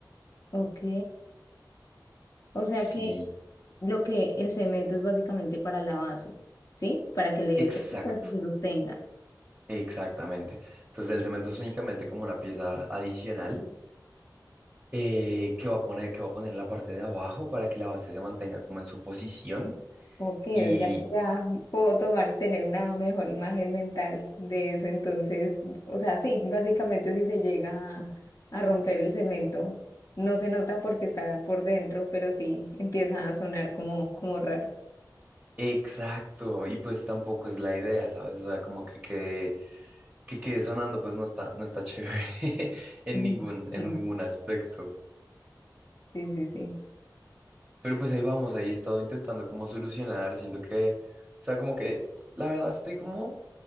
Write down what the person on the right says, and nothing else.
Sí,
exacto,
exactamente. Entonces el cemento es únicamente como una pieza adicional eh, que va a poner, que va a poner en la parte de abajo para que la base se mantenga como en su posición.
Y
exacto, y pues tampoco es la idea, ¿sabes? O sea, como que quede, que quede sonando, pues no está, no está chévere <laughs> en
ningún,
en ningún aspecto.
Pero pues ahí vamos, ahí he estado intentando como solucionar, siento que, o sea, como que la verdad estoy como,